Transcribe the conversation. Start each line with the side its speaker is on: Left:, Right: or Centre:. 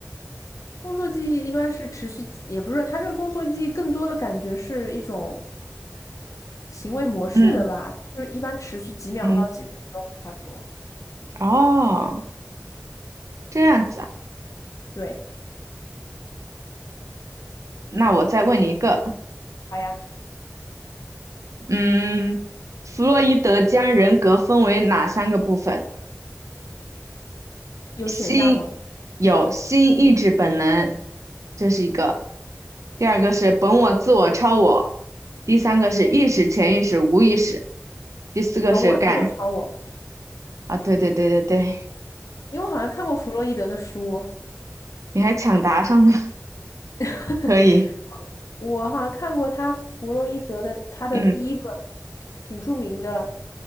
Left: 工作记忆一般是持续，也不是，它这个工作记忆更多的感觉是一种行为模式的吧，
Right: 嗯，
Left: 它就是一般持续几秒到几分钟。
Right: 嗯，
Left: 他说，
Right: 哦，这样子啊。
Left: 对，
Right: 那我再问你一个，
Left: 好呀，
Right: 嗯，弗洛伊德将人格分为哪三个部分？
Left: 有选项吗？
Right: 心有心意志本能，这是一个；第二个是本我、自我、超我；第三个是意识、潜意识、无意识；第四个是感
Left: 本我、自我、超我，
Right: 啊，对对对对对，
Left: 因为我好像看过弗洛伊德的书，
Right: 你还抢答上了，
Left: <laughs>
Right: <laughs> 可以，
Left: 我好像看过他弗洛伊德的他的第一本
Right: 嗯
Left: 挺著名的